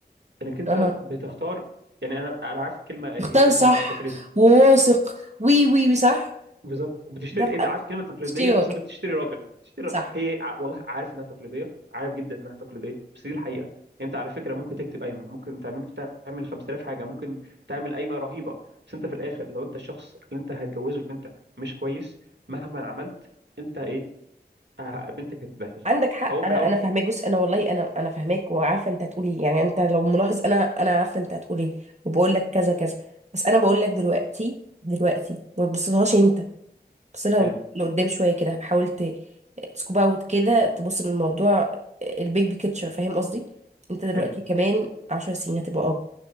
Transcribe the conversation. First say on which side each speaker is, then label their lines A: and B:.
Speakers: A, on the right; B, on the right.
A: انك انت
B: اها
A: بتختار يعني انا انا عارف الكلمه هي
B: اختار
A: كلمه
B: صح
A: فاكوليتيف
B: وواثق وي وي وي صح
A: بالظبط وبتشتري
B: ده بقى
A: انت عارف كلمه تقليديه
B: اشتراك
A: بس انت بتشتري راجل بتشتري
B: صح
A: را- هي ع- والله عارف انها تقليديه عارف جدا انها تقليديه بس دي الحقيقه يعني انت على فكره ممكن تكتب قايمه ممكن تعمل تعمل 5000 حاجه ممكن تعمل قايمه رهيبه بس انت في الاخر لو انت الشخص اللي انت هتجوزه لبنتك مش كويس مهما عملت انت ايه ه- بنتك هتتبهدل
B: عندك حق
A: هو في
B: انا
A: الاول
B: انا فاهماك بص انا والله انا انا فاهماك وعارفه انت هتقولي إيه. يعني انت لو ملاحظ انا انا عارفه انت هتقولي إيه، وبقول لك كذا كذا بس انا بقول لك دلوقتي دلوقتي ما تبصلهاش انت بس لو
A: حلو
B: لقدام شوية كده حاولت تسكوب اوت كده تبص للموضوع البيج بيكتشر فاهم قصدي انت دلوقتي
A: حلو
B: كمان عشر سنين هتبقى اب